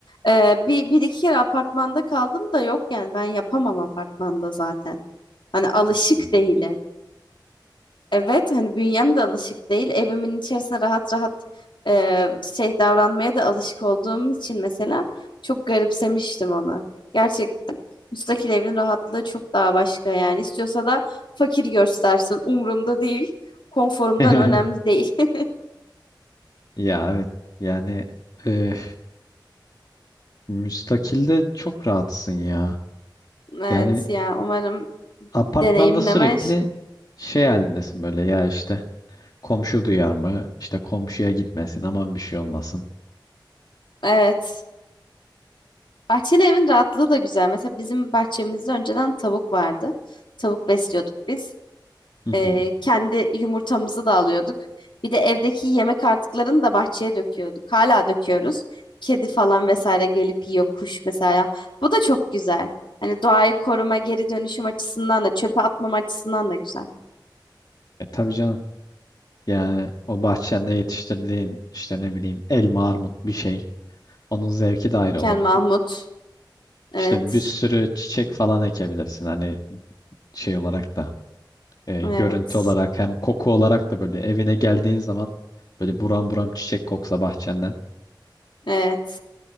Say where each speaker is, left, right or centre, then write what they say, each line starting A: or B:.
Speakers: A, on the left; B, on the left.
A: Ee, bir, bir iki kere apartmanda kaldım da yok yani ben yapamam apartmanda zaten. Hani alışık
B: Hmm.
A: değilim. Evet hani bünyem de alışık değil. Evimin içerisinde rahat rahat e, şey davranmaya da alışık olduğum için mesela çok garipsemiştim onu. Gerçekten müstakil evin rahatlığı çok daha başka yani. İstiyorsa da fakir göstersin. Umurumda değil. Konforumdan
B: <laughs>
A: önemli değil. <laughs>
B: Ya evet. Yani e, müstakilde çok rahatsın ya.
A: Evet
B: Yani
A: ya umarım
B: apartmanda
A: deneyimlemer.
B: sürekli şey halindesin böyle ya işte komşu duyar mı? İşte komşuya gitmesin aman bir şey olmasın.
A: Evet. Bahçeli evin rahatlığı da güzel. Mesela bizim bahçemizde önceden tavuk vardı. Tavuk besliyorduk biz.
B: Hı
A: Ee,
B: hı.
A: kendi yumurtamızı da alıyorduk. Bir de evdeki yemek artıklarını da bahçeye döküyorduk. Hala döküyoruz. Kedi falan vesaire gelip yiyor, kuş mesela. Bu da çok güzel. Hani doğayı koruma, geri dönüşüm açısından da çöpe atmam açısından da güzel.
B: E tabii canım. Yani o bahçende yetiştirdiğin işte ne bileyim elma, armut bir şey. Onun zevki de ayrı
A: Kel
B: olur.
A: Mahmut. Evet.
B: İşte bir sürü çiçek falan ekebilirsin. Hani şey olarak da e,
A: Evet.
B: görüntü olarak hem koku olarak da böyle evine geldiğin zaman böyle buram buram çiçek koksa bahçenden.
A: Evet.